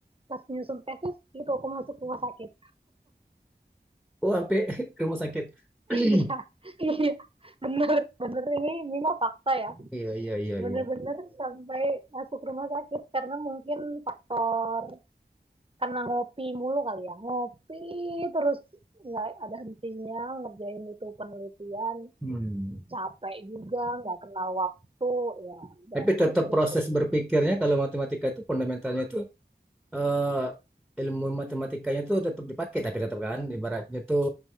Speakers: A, on the right; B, in the centre.
A: pas nyusun tesis itu aku masuk rumah sakit
B: Oh, sampai <laughs> ke rumah sakit. <clears throat>
A: Iya, iya, bener, bener ini ini mah fakta ya.
B: Iya, iya, iya,
A: Bener-bener
B: iya.
A: sampai masuk rumah sakit karena mungkin faktor karena ngopi mulu kali ya, ngopi terus nggak ada hentinya ngerjain itu penelitian,
B: Hmm.
A: capek juga, nggak kenal waktu, ya udah
B: Tapi tetap
A: ambruk
B: proses
A: jadinya.
B: berpikirnya kalau matematika itu fundamentalnya itu eh, ilmu matematikanya itu tetap dipakai tapi tetap kan ibaratnya tuh